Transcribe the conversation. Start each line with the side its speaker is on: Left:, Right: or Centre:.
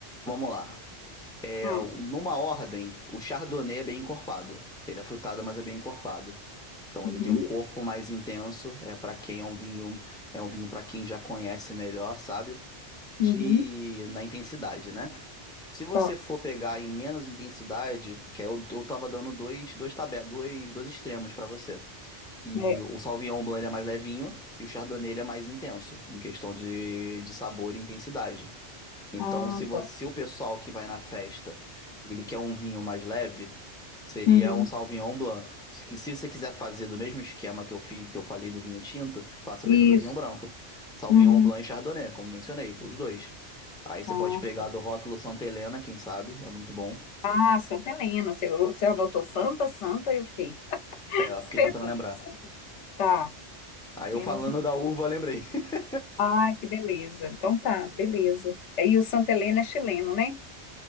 Centre: Vamos lá. É,
Left: Hum.
Centre: numa ordem, o Chardonnay é bem encorpado. Ele é frutado, mas é bem encorpado. Então
Left: Uhum,
Centre: ele tem um corpo mais intenso, é para quem é um vinho, é um vinho para quem já conhece melhor, sabe? De
Left: uhum,
Centre: na intensidade, né? Se você
Left: tá.
Centre: for pegar em menos intensidade, que é eu, eu tava dando dois, dois tabé, dois, dois extremos para você. E
Left: É.
Centre: o Sauvignon Blanc ele é mais levinho e o Chardonnay ele é mais intenso em questão de, de sabor e intensidade. Então,
Left: Ah,
Centre: se você,
Left: tá.
Centre: se o pessoal que vai na festa, ele quer um vinho mais leve, seria
Left: Uhum.
Centre: um Sauvignon Blanc. Se, que- se você quiser fazer do mesmo esquema que eu fiz, que eu falei do vinho tinto, faça o
Left: Isso.
Centre: mesmo do vinho branco. Sauvignon
Left: Uhum.
Centre: Blanc e Chardonnay, como mencionei, os dois. Aí você
Left: Ah,
Centre: pode pegar
Left: tá.
Centre: do rótulo Santa Helena, quem sabe, é muito bom.
Left: Ah, Santa Helena. Você, você anotou Santa, Santa, eu fiquei <laughs>
Centre: É, eu
Left: esperando.
Centre: fiquei tentando lembrar.
Left: Tá.
Centre: Aí
Left: Menos.
Centre: eu falando da uva, eu lembrei. <laughs> Se
Left: Ai, que beleza. Então tá, beleza. Aí o Santa Helena é chileno, né?